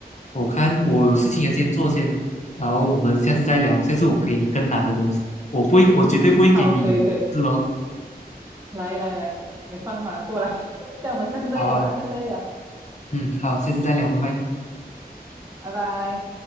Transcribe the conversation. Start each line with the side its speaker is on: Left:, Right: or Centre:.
Left: 我看我有事情要先做先，然后我们下次再聊。下次我给你更难的东西，我不会，我绝对不会给你是咯。
Right: <laughs> 好，可以可以，来来来，放马过来，<laughs> 这样我们下次再聊啊，
Left: 好啊，
Right: 下次再聊，
Left: 嗯，好，下次再聊，拜拜。
Right: 拜拜。